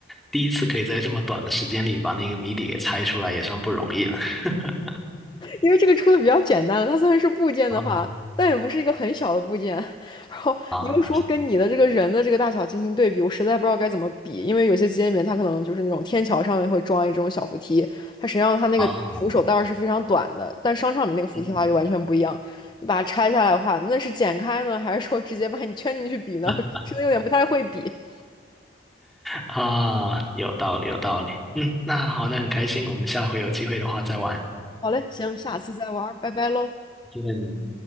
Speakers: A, in the centre; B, on the left.
A: 第一次可以在这么短的时间里把那个谜底给猜出来，也算不容易了。<laughs>
B: 因为这个出的比较简单了，它虽然是部件的话，
A: 哦，
B: 但也不是一个很小的部件。<laughs> 然后你又说跟你的这个人的这个大小进行对比，
A: 啊
B: 我实在不知道该怎么比，因为有些机械里面它可能就是那种天桥上面会装一种小扶梯，它实际上它那个扶手带儿是非常短的，
A: 啊，
B: 但商场里面那个扶梯的话就完全不一样。
A: 嗯
B: 你把它拆下来的话，那是剪开呢，还是说直接把你圈进去比呢？
A: <laughs>
B: <laughs> 真的有点不太会比。
A: 啊，有道理，有道理。嗯，那好，那很开心，我们下回有机会的话再玩。
B: 好嘞，行，下次再玩儿拜拜喽。
A: 再见。